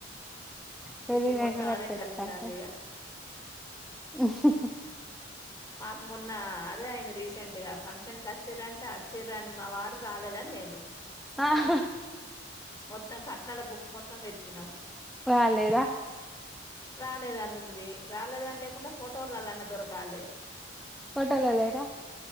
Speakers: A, in the centre; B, on the left (about 20°).
A: పెళ్లి
B: ఇప్పుడు
A: లైనోళ్లు
B: మొత్తం
A: అట్లే
B: అదే జరుగుతాంది
A: ఎతకాలి
B: ఇగ
A: హహ్
B: మాకు మొన్న అదే అయ్యింది రీసెంట్ గా ఫంక్షన్ కి వచ్చిర్రా అంటే అచ్చిరని మా వారు రాలేదని నేను
A: ఆ హ
B: మొత్తం కట్నాల బుక్ మొత్తం వెతికినము
A: రా లేదా
B: రాలేదని ఉందీ రాలేదని లేకుంటే ఫోటోలలన దొరకాలే
A: పోటోల లేరా